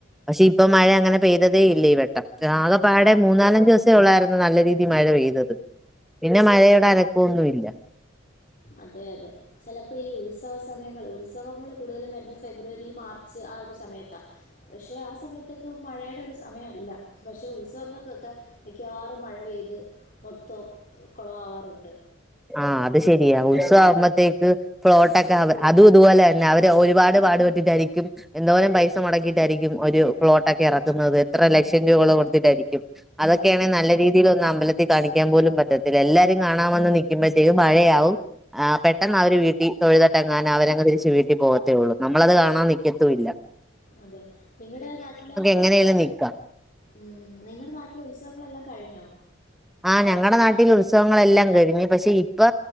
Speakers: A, in the centre; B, on the left.
A: പക്ഷെ ഇപ്പൊ മഴ അങ്ങനെ പെയ്തതേ ഇല്ല ഈ വട്ടം ആകെപ്പാടെ മൂന്നാലഞ്ച് ദിവസേ ഉള്ളായിരുന്നു നല്ല രീതിയിൽ മഴ പെയ്തത് പിന്നെ മഴയുടെ അനക്കൊന്നുല്ല
B: അതെ അതെ ചെലപ്പം ഈ ഉത്സവ സമയങ്ങൾ ഉത്സവങ്ങൾ കൂടുതലും വരുന്നത് ഫെബ്രുവരി മാർച്ച് ആ ഒരു സമയത്താ പക്ഷേ ആ സമയത്തൊക്കെ മഴയുടെ ഒരു സമയല്ല പക്ഷെ ഉത്സവങ്ങൾക്കൊക്കെ മിക്കവാറും മഴ പെയ്യും ത് മൊത്തം കുളവാവാറുണ്ട്
A: ആഹ് അത് ശരിയാ ഉത്സവാകുമ്പോത്തേക്ക് ഫ്ലോട്ടൊക്കെ അതും ഇതുപോലെ തന്നെ അവര് ഒരുപാട് പാട്പെട്ടിട്ടായിരിക്കും എന്തോരം പൈസ മുടക്കിയിട്ടായിരിക്കും ഒരു ഫ്ലോട്ടൊക്കെ എറക്കുന്നത് എത്ര ലക്ഷം രൂപകൾ കൊടുത്തിട്ടായിരിക്കും അതൊക്കെയാണ് നല്ല രീതിയിലൊന്നും അമ്പലത്തിൽ കാണിക്കാൻ പോലും പറ്റത്തില്ല എല്ലാരെ കാണാൻ വന്ന് നി ക്കിമ്പോഴത്തേക്കും മഴയാഉം ആഹ് പെട്ടൊന്നവര് വീട്ടി തൊഴുതട്ടെങ്ങാന അവരങ്ങ് തിരിച്ച് വീട്ടിൽ പോകത്തേ ഉള്ളൂ നമ്മളത് കാണാൻ നിൽക്കത്തു ല്ല
B: അതെ നിങ്ങളുടെ നാട്ടിലെ
A: എങ്ങനെലും നിക്കാം
B: ഉം നിങ്ങള്ടെ നാട്ടിലെ ഉത്സവങ്ങളെല്ലാം കഴിഞ്ഞോ
A: ആ ഞങ്ങളുടെ നാട്ടിൽ ഉത്സവങ്ങളെല്ലാം കഴിഞ്ഞ് പക്ഷെ ഇപ്പൊ